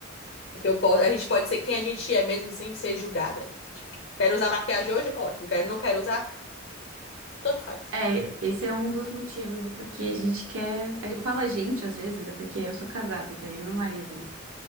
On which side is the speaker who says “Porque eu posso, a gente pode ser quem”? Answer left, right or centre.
Left